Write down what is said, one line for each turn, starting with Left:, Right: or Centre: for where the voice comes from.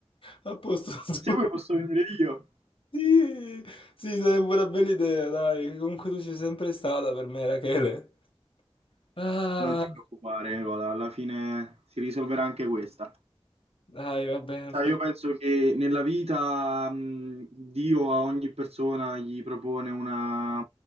Left: A posto suo.
Right: Se vuoi posso venire io.
Left: Sì, sì, sarebbe una bella idea, dai. Comunque tu ci sei sempre stata per me, Rachele. Ah,
Right: Non ti preoccupare, Nicola, alla fine si risolverà anche questa.
Left: dai, va bene, non
Right: Sai,
Left: fa
Right: io
Left: niente.
Right: penso che nella vita, mh, Dio a ogni persona gli propone una,